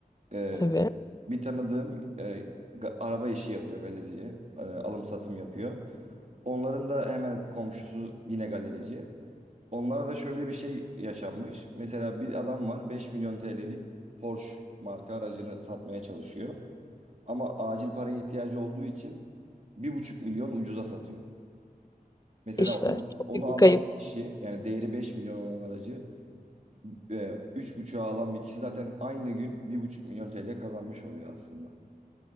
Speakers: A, on the right (about 50°); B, on the left (about 25°).
A: E,
B: tabii
A: bir tanıdığım e, ga- araba işi yapıyor galerici. E, alım satım yapıyor. Onların da hemen komşusu yine galerici. Onlarda da şöyle bir şey yaşanmış. Mesela bir adam var 5 milyon TL'lik Porsche marka aracını satmaya çalışıyor. Ama acil paraya ihtiyacı olduğu için bir buçuk milyon ucuza satıyor. Mesela
B: İşte
A: onu,
B: çok
A: onu
B: büyük
A: alan
B: bir kayıp.
A: bir kişi yani değeri 5 milyon olan aracı e, 3,5'a alan bir kişi zaten aynı gün bir buçuk milyon TL kazanmış oluyor aslında.